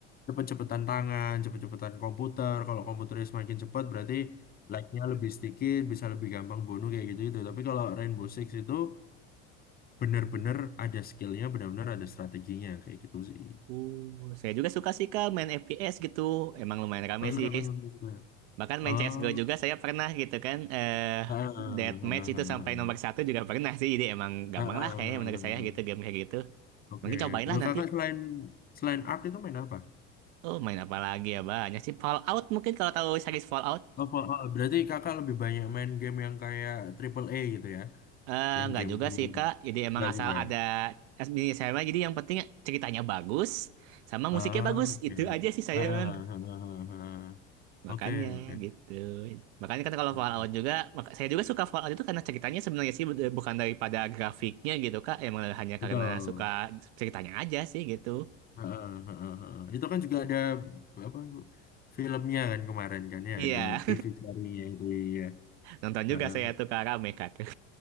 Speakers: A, on the left; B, on the right.
A: cepet-cepetan tangan, cepet-cepetan komputer. Kalau komputernya semakin cepat berarti like-nya lebih sedikit, bisa lebih gampang bunuh kayak gitu itu. Tapi kalau Rainbow Six itu bener-bener ada skillnya bener-bener ada strateginya kayak gitu sih
B: Uh, saya juga suka sih kak main FPS gitu. Emang lumayan rame
A: oh suka
B: sih.
A: main aku suka
B: Bahkan
A: oh
B: main CSGO juga saya pernah gitu kan. Eh,
A: ah,
B: deathmatch
A: ah, ah,
B: itu sampai
A: ah,
B: nomor satu juga pernah sih. Jadi emang gampang
A: ah, ah,
B: lah kayaknya
A: ah.
B: menurut
A: ah.
B: saya gitu game kayak gitu.
A: oke
B: Mungkin cobain
A: kalau
B: lah nanti.
A: kakak selain selain Ark itu main apa
B: Oh, main apa lagi ya? Banyak sih. Fallout mungkin kalau tahu series Fallout.
A: Oh, oh, oh, berarti kakak lebih banyak main game yang kayak triple A gitu ya,
B: Eh,
A: yang
B: nggak
A: game-game
B: juga sih Kak. Jadi emang
A: enggak
B: asal
A: juga.
B: ada SB saya mah jadi yang penting ceritanya bagus sama
A: Ah,
B: musiknya bagus.
A: oke.
B: Itu aja sih saya
A: Ah, ah,
B: emang.
A: ah, ah, ah. ah.
B: Makanya
A: Oke, oke,
B: gitu. Makanya kan kalau
A: oke.
B: Fallout juga maka- saya juga suka Fallout itu karena ceritanya sebenarnya sih bu- bukan daripada grafiknya gitu Kak. Emang hanya
A: Betul.
B: karena suka ceritanya aja sih gitu.
A: Heeh, heeh, heeh. Itu kan juga ada apa filmnya kan kemarin kan ya
B: Iya,
A: ada TV serinya itu ya.
B: <laughs> nonton
A: Heeh.
B: juga saya tuh Kak rame Kak. tuh.